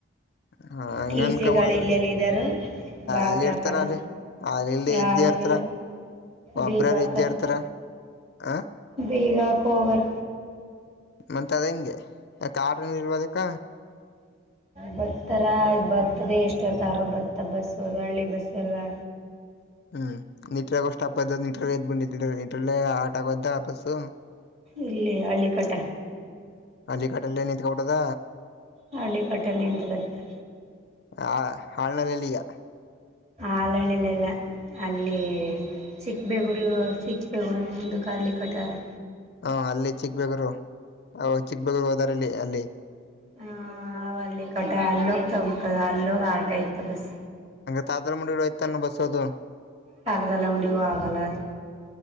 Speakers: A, on the left; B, on the right.
A: ಹ ಹಂಗ
B: ಟ
A: ಅನ್ಕಬಾರ್ದ
B: ಸಿಗಳು ಇಲ್ಲಿ ಎಲ್ಲಿದರು ಬಾಕ್ಲ
A: ಅಲ್ಲಿ ಇರ್ತಾರ
B: ಹಾಕದ
A: ಅಲ್ಲಿ ಅಲ್ಲಿ ಇಲ್ಲಿ
B: ಯಾರು
A: ಇದ್ದೇ ಇರ್ತಾರ
B: ಇಲ್ಲ
A: ಒಬ್ರಾರ
B: ಬೀಗ ಹಾಕದ
A: ಇದ್ದೇ ಇರ್ತಾರ ಆ
B: ಬೇಗ ಹಾಕೊ ಹೋಗ್ಯಾರ
A: ಮತ್ತೆ ಅದ ಹೆಂಗೆ ಇಲ್ವಾ ಆಟೋಗಳು ಇಲ್ವಾ ಅದ್ಯಾಕ
B: ಬತ್ತಾರ ಬತ್ತದ ಎಷ್ಟ ಹೊತ್ತಾರ ಬತಾದ ಬಸ್ ಅದು ಹಳ್ಳಿ ಬಸ್ ಅಲ್ವಾ
A: <inaudible> ಹ್ಮ್ ನೀಟಾಗೋಷ್ಟಪ್ ನೀಟ್ರಲ್ಲ ಎದ್ಬಿ ನೀಟ್ರಲ್ಲೇ ಹಾಲ್ಟ್ ಆಗೋದ ಬಸು
B: ಇಲ್ಲಿ ಹಳ್ಳಿಕಟ
A: ಹಳ್ಳಿ ಕಟ್ಟಲೆ ನಿತ್ಕೊಬಿಟ್ಟದ
B: ಹಳ್ಳಿಕಟ್ಟಲ್ಲಿ ನಿಂಕತ್ತ
A: ಹ ಆಲಳಿಯೇ
B: ಆಲಳ್ಳಿಲೆಲ್ಲ ಅಲ್ಲಿ ಚಿಕ್ಕ ಬೇಗುರು ಚಿಕ್ಕ ಬೇಗುರು ನಿಮ್ಮ ಮುಂದಕ್ಕ ಹಳ್ಳಿಕಟ್ಟಾ ಅದ
A: ಹ ಅಲ್ಲಿ ಚಿಕ್ಕ ಬೇಗೂರು ಚಿಕ್ ಬೇಗೂರು ಹೋದಾರಲ್ಲಿ ಅಲ್ಲಿ
B: ಹ ಹಳ್ಳಿಕಟ ಅಲ್ಲೋಗಿತಂಬಕದ ಅಲ್ಲೋಗ ಹಾಲ್ಟ್ ಆಯ್ತ ಬಸ್ಸ
A: ತರದಲ್ಲ ಮೂಡಿಲಿ ಹೋಯ್ತಾಅನ್ನು ಬಸ್ ಅದು
B: ತರದಲ್ಲಹುಂಡಿಗೆ ಹೋಗಲ್ಲ ಬಸ್ ಅದು